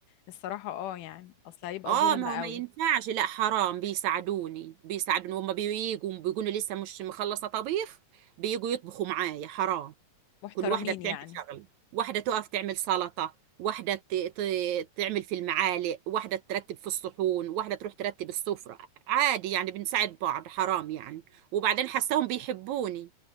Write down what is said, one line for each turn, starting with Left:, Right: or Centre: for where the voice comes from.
Left: الصراحة اه يعني أصل هيبقى
Right: اه
Left: ظلم
Right: ما هو
Left: قوي
Right: ما ينفعش لا حرام بيساعدوني بيساعدوني هما بييجوا بيقولوا لسه مش مخلصة طبيخ بييجوا يطبخوا معايا حرام
Left: محترمين
Right: كل واحدة بتعمل
Left: يعني
Right: شغل واحدة تقف تعمل سلطة واحدة ت- ت- تعمل في المعالق واحدة ترتب في الصحون واحدة تروح ترتب السفرة عادي يعني بنساعد بعض حرام يعني وبعدين حساهم بيحبوني